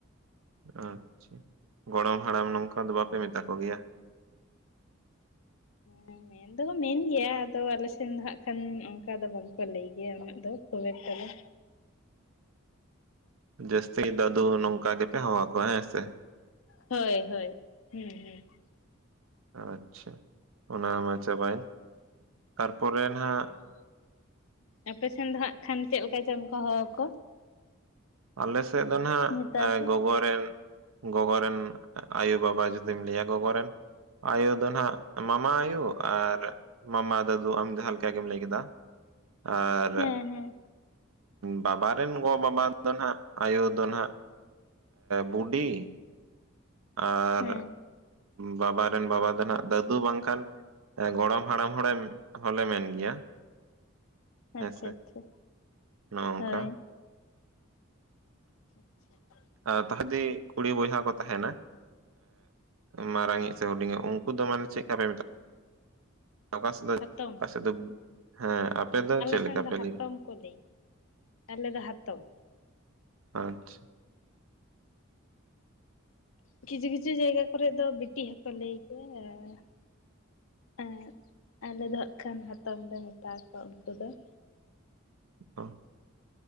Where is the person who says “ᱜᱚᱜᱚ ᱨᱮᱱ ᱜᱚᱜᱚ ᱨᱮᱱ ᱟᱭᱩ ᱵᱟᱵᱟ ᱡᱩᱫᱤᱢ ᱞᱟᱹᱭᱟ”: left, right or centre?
Right